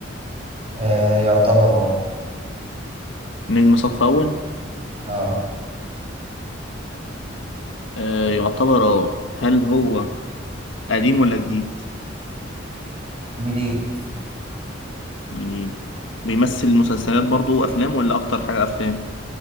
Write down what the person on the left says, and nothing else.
نجم صف أول
آه يعتبر اه هل هو قديم ولا جديد
جديد بيمثل مسلسلات برضو وأفلام ولا أكتر حاجة أفلام